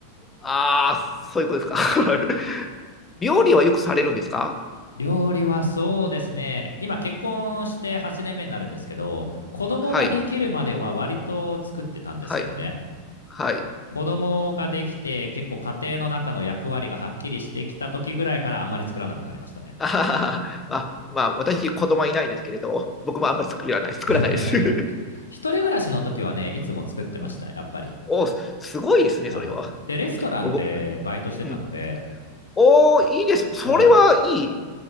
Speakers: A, on the left; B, on the left.
A: ああ、そういうことですか。<laughs> 料理はよくされるんですか
B: 料理はそうですね。今結婚して8年目になるんですけど、子供ができるまでは割と作ってたんですけどね。
A: はい、はい、はい。
B: 子供ができて結構家庭の中の役割がはっきりしてきた時ぐらいからあんまり作らなくなりましたね。
A: あはははあ、まあ、私、子供はいないんですけれど、僕もあんまり作らない、作らないです。
B: <laughs>
A: <laughs>
B: 一人暮らしの時はね、いつも作ってました、
A: うん
B: やっぱり。
A: お、すすごいですね、
B: はい。
A: それは。
B: で、レストランでバイトしてたので、
A: お、ぼうん、おー、いいです。それはいい。
B: はい。